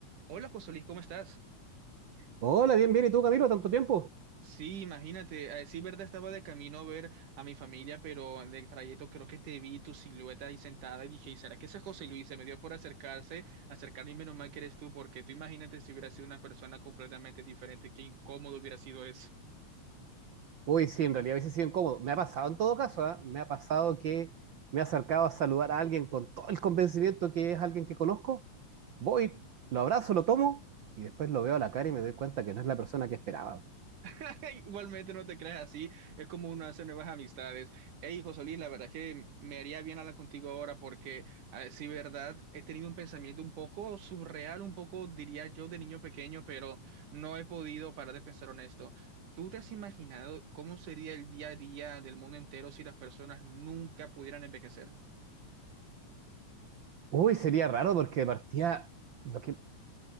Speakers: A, on the right (about 90°); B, on the right (about 70°).
A: Hola José Luis, ¿cómo estás?
B: Hola, bien, bien. ¿Y tú, Camilo? ¿Tanto tiempo?
A: Sí, imagínate, eh, sí, verdad, estaba de camino a ver a mi familia, pero en el trayecto creo que te vi tu silueta ahí sentada y dije, ¿será que ese es José Luis? Se me dio por acercarse, acercarme y menos mal que eres tú, porque tú imagínate si hubiera sido una persona completamente diferente, qué incómodo hubiera sido eso.
B: Uy, sí, en realidad a veces sí incómodo. Me ha pasado en todo caso, ¿ah? Me ha pasado que me he acercado a saludar a alguien con todo el convencimiento que es alguien que conozco. Voy, lo abrazo, lo tomo y después lo veo a la cara y me doy cuenta que no es la persona que esperaba.
A: <laughs> Igualmente no te creas así, es como uno hace nuevas amistades. Hey, Solís, la verdad que me haría bien hablar contigo ahora porque, a decir verdad, he tenido un pensamiento un poco surreal, un poco, diría yo, de niño pequeño, pero no he podido parar de pensar en esto. ¿Tú te has imaginado cómo sería el día a día del mundo entero si las personas nunca pudieran envejecer?
B: Uy, sería raro porque de partida, lo que,